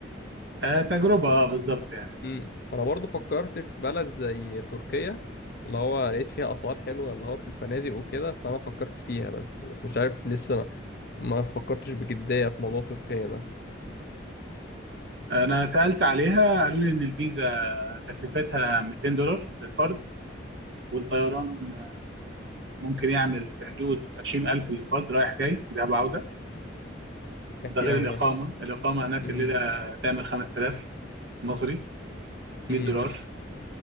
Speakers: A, on the right; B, on the left.
A: آه، تجربة آه، بالظبط يعني
B: امم انا برضه فكرت في بلد زي تركيا اللي هو لقيت فيها اسعار حلوه اللي هو في الفنادق وكده فانا فكرت فيها بس بس مش عارف لسه ما ما فكرتش بجديه في موضوع تركيا ده
A: أنا سألت عليها قالوا لي إن الفيزا تكلفتها 200 دولار للفرد والطيران آه، ممكن يعمل في حدود 20000 للفرد رايح جاي ذهاب وعودة
B: ده
A: ده
B: كتير
A: غير
B: أوي
A: الإقامة
B: ده
A: الإقامة هناك
B: امم
A: الليلة تعمل 5000 مصري 100
B: امم
A: دولار